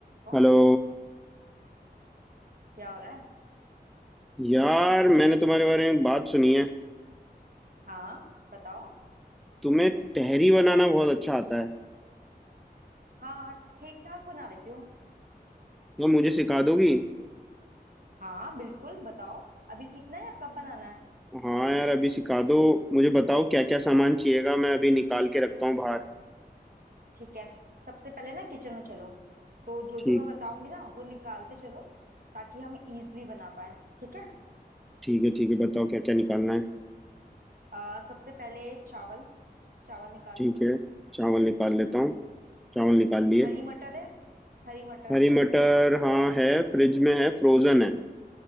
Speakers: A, on the right; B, in the centre.
A: ओ,
B: Hello
A: क्या हो रहा है
B: यार मैंने तुम्हारे बारे में बात सुनी है
A: हाँ बताओ
B: तुम्हें तहरी बनाना बहुत अच्छा आता है
A: हाँ ठीक ठाक बना लेती हूँ
B: यार मुझे सिखा दोगी
A: हाँ बिल्कुल बताओ अभी सीखना है या कब बनाना है
B: हाँ यार अभी सिखा दो मुझे बताओ क्या क्या सामान चाहिएगा मैं अभी निकाल के रखता हूँ बाहर
A: ठीक है सबसे पहले ना किचन में चलो तो जो
B: ठीक
A: जो मैं बताऊंगी ना वो निकालते चलो ताकि हम इजली बना पाए ठीक है
B: ठीक है ठीक है बताओ क्या क्या निकालना है
A: आ, सबसे पहले चावल चावल निकाल
B: ठीक
A: लो
B: है चावल निकाल लेता हूँ चावल निकाल लिए
A: हरी मटर है हरी मटर
B: हरी मटर हाँ है फ्रिज में है फ्रोजन है